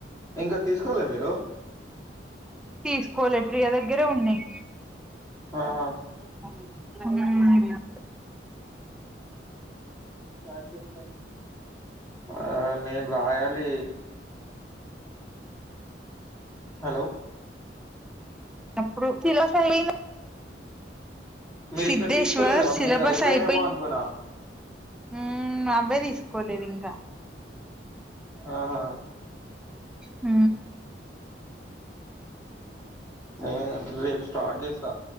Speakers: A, on the left (about 15°); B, in the centre.
A: ఇంకా తీసుకోలే మీరు
B: తీసుకోలే ప్రియ దగ్గరే ఉన్నాయి
A: అహ
B: ఉమ్
A: క్లాస్ చెప్పి ఆ నేను రాయాలి హలో
B: ఎప్పుడూ ఒకే ఎలా సాలీనా
A: మీరు
B: సిధేశ్వర్
A: ఇంకా తీసుకోలేదా
B: సిలబస్
A: మీది అయిపోయిందేమో
B: అయిపోయిన్
A: అనుకున్నా
B: ఉ అవే తీసుకోలేదు ఇన్
A: ఆహా
B: ఉ
A: ఆ రేపు స్టార్ట్ చేస్తా